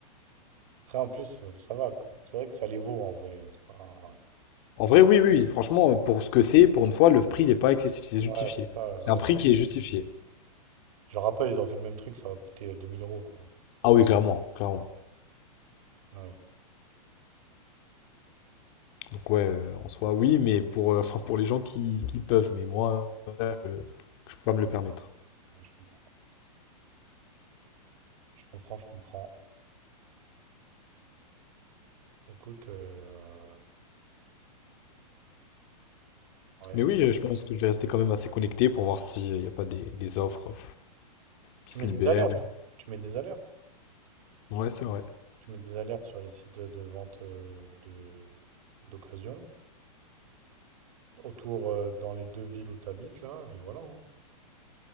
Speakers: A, on the right; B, on the left.
A: Après, en plus, euh, ça va. quoi. C'est vrai que ça les vaut en vrai. euh, C'est pas...
B: En vrai, oui, oui, oui. franchement, pour ce que c'est, pour une fois, le prix n'est pas excessif, c'est justifié.
A: Ouais, c'est ça. Ouais,
B: C'est
A: ouais,
B: un prix
A: c'est-
B: Ah, qui est justifié.
A: je le rappelle, ils ont fait le même truc, ça va coûter 2000 euros, quoi.
B: Ah oui, clairement, clairement.
A: Ouais,
B: Donc ouais, euh, en soi, oui, mais pour, euh, <laughs> enfin, pour les gens qui, qui peuvent, mais moi, euh, je peux pas me le permettre.
A: ouais, je comprends. Je comprends, je comprends. Écoute, euh, ouais.
B: Mais oui, euh, je pense que je vais rester quand même assez connecté pour voir s'il n'y a pas des, des offres qui
A: Tu
B: se
A: mets des
B: libèrent.
A: alertes.
B: ou-
A: Tu mets des alertes.
B: Ouais, c'est vrai.
A: Tu mets des alertes sur les sites de vente euh, de d'occasion. Autour, euh, dans les deux villes où tu habites, là, et voilà. hein.